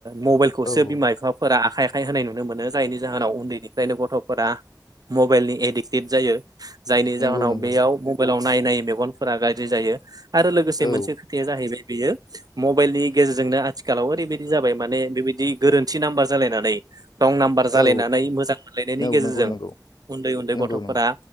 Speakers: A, on the right; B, on the left.
A: मबाइलखौसो
B: औ
A: बिमा बिफाफोरा आखायखाय होनाय नुनो मोनो जायनि जाहोनाव उन्दैनिफ्रायनो गथ'फोरा मबाइलनि एडिक्टेड जायो। जायनि
B: नंगौ
A: जाहोनाव
B: नंगौ
A: बेयाव मबाइलाव नाय नायै मेगनफोरा गाज्रि जायो। आरो लोगोसे
B: औ
A: मोनसे खोथाया जाहैबाय बेयो मबाइलनि गेजेरजोंनो आथिखालाव ओरैबायदि जाबाय माने बेबायदि गोरोन्थि नाम्बार जालायनानै रं नाम्बार जालायनानै
B: औ
A: मोजां मोनलायनायनि
B: नंगौ
A: गेजेरजों
B: नंगौ नंगौ
A: उन्दै उन्दै
B: नंगौ
A: गथफोरा